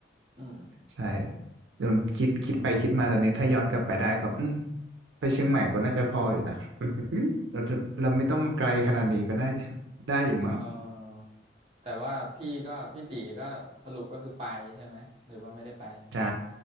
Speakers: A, on the right; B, on the right.
A: อืม
B: ใช่จนคิดคิดไปคิดมาตอนนี้ถ้าย้อนกลับไปได้ก็อืมไปเชียงใหม่ก็น่าจะพออยู่นะ <laughs> เราจะเราไม่ต้องมาไกลขนาดนี้ก็น่าจะได้อยู่มั้ง
A: เอ่อแต่ว่าพี่ก็พี่ตีก็สรุปก็คือไปใช่ไหม หรือว่าไม่ได้ไป
B: ใช่